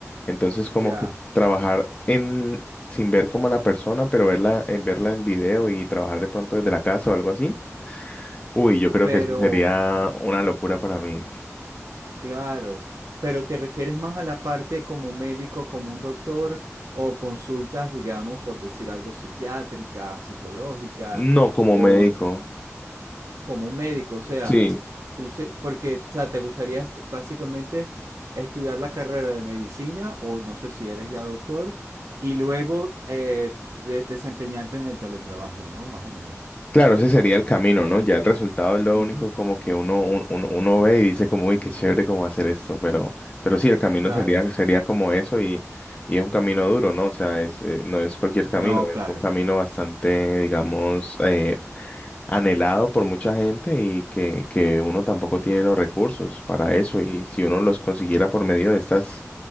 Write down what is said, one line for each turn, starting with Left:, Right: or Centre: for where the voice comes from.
Left: Entonces como
Right: ya.
Left: que trabajar en... sin ver como a la persona, pero verla, en verla en video y trabajar de pronto desde la casa o algo así. Uy, yo creo
Right: Pero,
Left: que eso sería una locura para mí.
Right: claro. Pero te refieres más a la parte como médico, como un doctor, o consultas, digamos, por decir algo, psiquiátricas, psicológicas,
Left: No como
Right: o
Left: médico.
Right: como un médico, o sea,
Left: Sí,
Right: tú se- porque, o sea, te gustaría básicamente estudiar la carrera de medicina o no sé si eres ya doctor y luego eh, de- desempeñarte en el teletrabajo, ¿no? Más o menos.
Left: claro, ese sería el camino, ¿no? Ya el resultado es lo
Right: Ujú.
Left: único como que uno, un- uno, uno ve y dice como, uy, qué chévere cómo hacer esto, pero, pero sí, el camino
Right: Claro.
Left: sería, sería como eso y, y es un camino duro, ¿no? O sea, es, eh, no es cualquier camino,
Right: No,
Left: es
Right: claro.
Left: un camino bastante, digamos, eh, anhelado por mucha gente y que, que uno tampoco tiene los recursos para eso. Y si uno los consiguiera por medio de estas